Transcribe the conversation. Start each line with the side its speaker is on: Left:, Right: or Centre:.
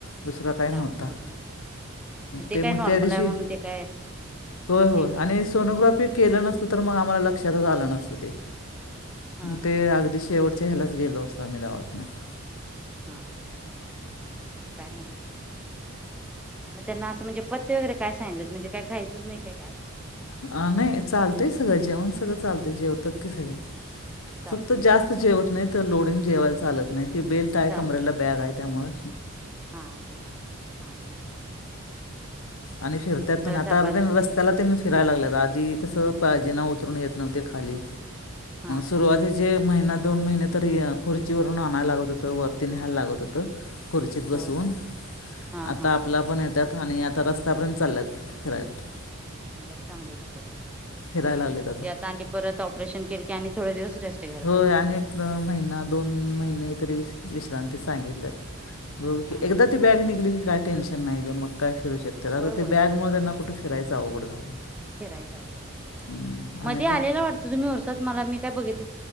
Left: दुसरा काय
Centre: त्रास
Left: नव्हता.
Centre: हो
Left: ते
Centre: काय
Left: मग
Centre: नॉर्मल
Left: त्या दिवशी
Centre: आहे म्हणून ते काय
Left: होय हो
Centre: हे केले
Left: आणि
Centre: असते
Left: सोनोग्राफी केलं नसत. तर मग आम्हला लक्षातच आलं नसतं ते
Centre: हा
Left: ते
Centre: हा
Left: अगदीच शेवटच्या ह्यालाच गेलो असतो आम्ही दवाखान्यात
Centre: हम हम काय नव्हत मग त्यांना असं म्हणजे पथ्थे वगैरे काय सांगितलेत म्हणजे काय खायचंच नाही का काय
Left: आ नाही चालतय सगळं जेवण सगळं चालतय जेवतात की सगळे
Centre: चालते
Left: फक्त
Centre: ना
Left: जास्त
Centre: हा
Left: जेवत नाही तर लोडिंग जेवायला चालत नाही ते बेल्ट आहे
Centre: चालत
Left: कमरेला बॅग आहे त्यामुळे
Centre: हा हम् हम् हम्
Left: आणि फिरतात त्यां आता
Centre: जपायलाच
Left: रस्त्याला
Centre: पाहिजे
Left: फिरायला लागल्यात आधी कसं पार जिना उत उतरून येत नव्हते खाली
Centre: हा
Left: सुरवातीचे
Centre: हा
Left: महिना दोन महिने तरी खुर्ची वरून आणायला लागत होतं वरती न्यायला लागत होत खुर्चीत बसून
Centre: होय काय हा
Left: आता
Centre: हा
Left: आपला आपण येतात आणि आता रस्ता रस्तापर्यंत चालेलत फिरायाला
Centre: बर चांगले झाले
Left: फिरायला लागलेत
Centre: ते आता आणि परत ऑपरेशन केले की आणि थोडे दिवस रेस्ट घ्यायला
Left: होय
Centre: पाहिजे
Left: आणि एक महिना दोन महिने तरी विश्रांती सांगितल्यात बघु की
Centre: हा
Left: एकदा
Centre: हा
Left: ती बॅग निघली की काय टेन्शन नाही ग मग काय फिरू शकतेत आता
Centre: होय होय
Left: ते बॅगमुळे त्यांना कुठे फिरायचं अवघड झालं
Centre: फिरायच आवघड झालं आहे
Left: हम्म,
Centre: मध्ये
Left: आणि
Centre: आलेला
Left: काय
Centre: वाटतं तुम्ही ऊरसात मला मी काय बघित